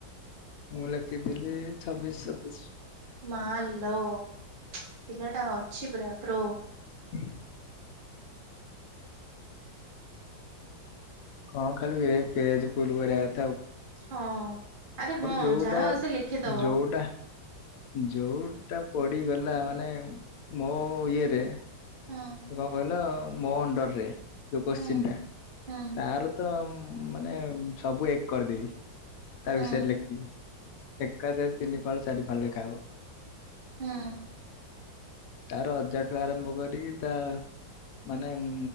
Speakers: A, on the left; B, on the right.
A: ମୁଁ ଲେଖିଥିଲି ଛବିଶ ସତେଇସି।
B: ମା ଲୋ ପିଲାଟା ଅଛିି ପୁର ପ୍ରୋ
A: <unintelligible> କଣ ଖାଲି ଏ ପେଜ୍ ଫୁଲ କରିବା କ
B: ହଁ, ଆରେ ହଁ
A: ଯୋଉଟା
B: ଯାହା ଆସେ ଲେଖିଦବ।
A: ଯୋଉଟା ଯୋଉଟା ପଡିଗଲା ମାନେ ମୋ ଇଏରେ
B: ହଁ
A: ସେ କଣ କହିଲ ମୋ ଅଣ୍ଡରରେ ଯୋଉ କୋଶ୍ଚିନ୍
B: ହଁ।
A: ଟା
B: ହୁଁ
A: ତାର ତମ୍ ମାନେ ସବୁ ଏକ କରିଦେଇଚି ତା
B: ହୁଁ
A: ବିଷୟରେ ଲେଖିକି। ଏକାଥରେ ତିନି ଫାଳ, ଚାରି ଫାଳ ଲେଖା ହବ।
B: ହୁଁ।
A: ତା ର ଅଜା ଠୁ ଆରମ୍ଭ କରିକି ତା ମାନେ ଉଁ